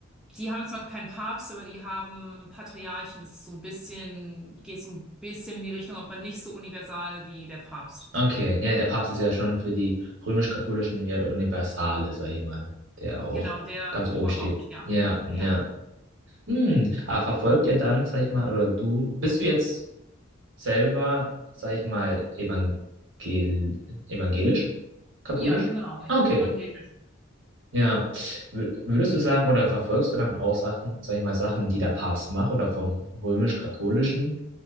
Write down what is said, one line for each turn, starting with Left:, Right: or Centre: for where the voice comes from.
Centre: Die haben zwar keinen Papst, aber die haben Patriarchen. Das ist so ein bisschen, geht so ein bisschen in die Richtung, aber nicht so universal wie der Papst.
Right: Okay, ja, der Papst ist ja schon für die römisch-katholischen ja der Universale, sag ich mal, der auch
Centre: Genau, der
Right: ganz oben
Centre: Oberhaupt,
Right: steht.
Centre: ja.
Right: Ja, ja.
Centre: Ja.
Right: Hm, aber verfolgt ihr dann, sag ich mal, oder du, bist du jetzt selber, sag ich mal, evangel evangelisch? Katholisch?
Centre: Ja, genau. Ich
Right: Ah,
Centre: bin
Right: okay.
Centre: evangelisch.
Right: Ja. Wür- Würdest du sagen, oder verfolgst du dann auch Sachen, sag ich mal, Sachen, die der Papst macht oder vom römisch-katholischen?